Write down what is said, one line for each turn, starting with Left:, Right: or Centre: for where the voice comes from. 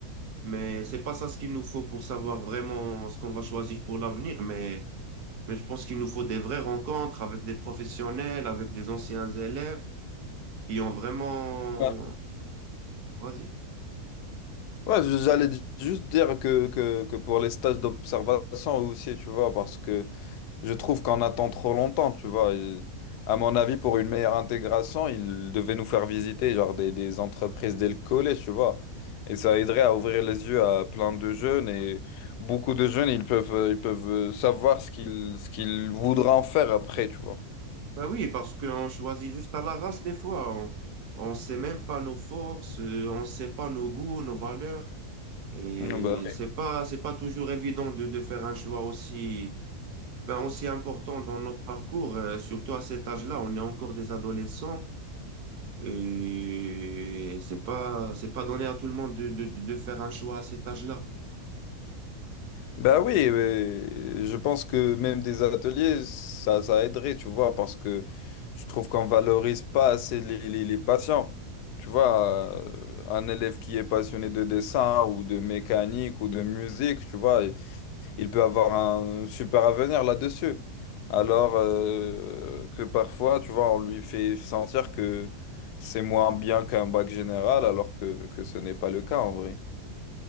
Right: mais c'est pas ça ce qu'il nous faut pour savoir vraiment ce qu'on va choisir pour l'avenir. Mais, mais je pense qu'il nous faut des vraies rencontres avec des professionnels, avec des anciens élèves qui ont vraiment...
Left: Ouais,
Right: Vas-y.
Left: Ouais, j'allais di- juste dire que, que, que pour les stages d'observation aussi, tu vois, parce que Je trouve qu'on attend trop longtemps, tu vois. Et à mon avis, pour une meilleure intégration, ils devaient nous faire visiter genre des, des entreprises dès le collège, tu vois. Et ça aiderait à ouvrir les yeux à plein de jeunes. Et beaucoup de jeunes, ils peuvent, ils peuvent savoir ce qu'ils, ce qu'ils voudront en faire après, tu vois.
Right: Bah oui, parce qu'on choisit juste à l'arrache des fois. On ne sait même pas nos forces, euh, on ne sait pas nos goûts, nos valeurs. Et
Left: Mm, bah,
Right: c'est pas, c'est pas toujours évident de, de faire un choix aussi, ben, aussi important dans notre parcours, euh, surtout à cet âge-là. On est encore des adolescents et c'est pas, c'est pas donné à tout le monde de, de, de faire un choix à cet âge-là.
Left: Ben oui, mais je pense que même des ateliers, ça, ça aiderait, tu vois, parce que je trouve qu'on valorise pas assez les, les, les patients. Tu vois, euh, un élève qui est passionné de dessin ou de mécanique ou de musique, tu vois, il il peut avoir un super avenir là-dessus. Alors euh, que parfois, tu vois, on lui fait sentir que c'est moins bien qu'un bac général, alors que, que ce n'est pas le cas en vrai.